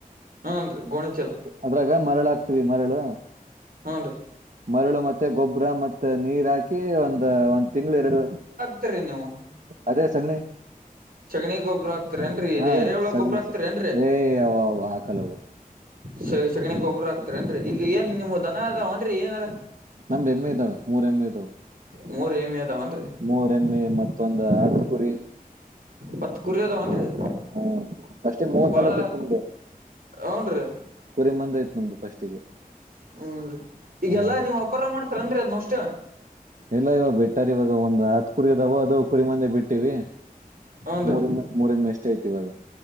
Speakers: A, on the right (about 80°); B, on the right (about 60°).
A: ಹುಂಡ್ರಿ ಗೋಣಿ ಚೀಲಾ.
B: ಅದ್ರಾಗ ಮರಳ ಹಾಕ್ತಿವಿ ಮರಳು.
A: ಹುಂಡ್ರಿ.
B: ಮರಳು ಮತ್ತೆ ಗೊಬ್ಬರಾ ಮತ್ತೆ ನೀರ ಹಾಕಿ ಒಂದ ಒಂದ ತಿಂಗಳ ಎರಡು
A: ತ್ತರಿ ನೀವು.
B: ಅದೇ ಸಗಣಿ.
A: ಸಗಣಿ ಗೊಬ್ಬರಾ ಹಾಕ್ತಿರೆಂಡ್ರಿ ಇದ
B: ಹಾ
A: ಎರೆಹುಳಾ
B: ಸಗಣಿ
A: ಗೊಬ್ಬರಾ ಹಾಕ್ತಿರೆಂಡ್ರಿ.
B: ಸ ಏ ಅವು ಹಾಕಲ್ಲವು
A: ಸ ಸಗಣಿ ಗೊಬ್ಬರಾ ಹಾಕ್ತಿರೆಂಡ್ರಿ ಈಗ ಏನ ನಿಮುವು ದನಾ ಅದಾವೆಂಡ್ರಿ ಏನಾರ.
B: ನಮ್ಮ ಎಮ್ಮೆ ಇದಾವ ಮೂರ ಎಮ್ಮೆ ಇದಾವು.
A: ಮೂರ ಎಮ್ಮಿ ಅದಾವಂಡ್ರಿ.
B: ಮೂರ ಎಮ್ಮೆ ಮತ್ತೊಂದ ಹತ್ತು ಕುರಿ.
A: ಹತ್ ಕುರಿ ಅದಾವನ್ರಿ
B: ಹ ಅಷ್ಟೇ ಮೂವತ
A: ಬಾಳ
B: ನಲ್ವತ ನಮ್ದು.
A: ಹನ್ರಿ
B: ಕುರಿಮಂದೆ ಐತಿ ನೋಡು ಫಸ್ಟಿಗೆ.
A: ಹು ರಿ ಈಗೆಲ್ಲಾ
B: ಹಾ
A: ನೀಮ್ಮ ಅಪ್ಪಾರ ಮಾಡ್ತಾರೇನ್ರಿ ಅದುನ ಒಷ್ಟು.
B: ಎಲ್ಲಾ ಇವಾಗ ಬೆಟ್ಟಾರ ಇವಾಗ ಒಂದ ಹತ್ತ ಕುರಿ ಅದಾವ ಅದ ಕುರಿ ಮಂದಿ ಬಿಟ್ಟಿವಿ.
A: ಹನ್ರಿ
B: ಮೂರೆಮ್ಮೆ ಮೂರೆಮ್ಮೆ ಅಷ್ಟ ಐತಿ ಇವಾಗ.